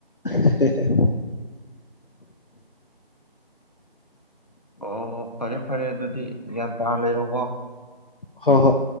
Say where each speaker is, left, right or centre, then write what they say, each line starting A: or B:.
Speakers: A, on the left; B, on the left.
A: ꯍꯦ ꯍꯦ
B: ꯑꯣ ꯐꯔꯦ ꯐꯔꯦ ꯑꯗꯨꯗꯤ ꯒ꯭ꯌꯥꯟ ꯇꯥꯅ ꯂꯩꯔꯣꯀꯣ
A: ꯍꯣꯍꯣꯏ